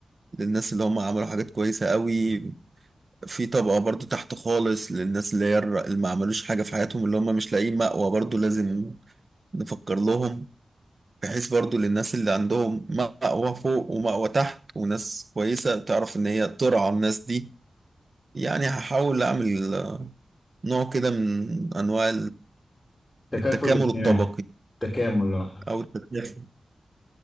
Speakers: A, on the right (about 40°); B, on the left (about 25°).
A: للناس اللي هم عملوا حاجات كويسة قوي في طبقة برضو تحت خالص للناس اللي هي الر- اللي ما عملوش حاجة في حياتهم اللي هم مش لاقيين مأوى برضو لازم نفكر لهم بحيث برضو للناس اللي عندهم مأوى فوق ومأوى تحت وناس كويسة تعرف إن هي ترعى الناس دي يعني هحاول أعمل آه، نوع كده من أنواع
B: تكافل
A: التكامل
B: اجتماعي
A: الطبقي
B: تكامل آه.
A: أو التكافل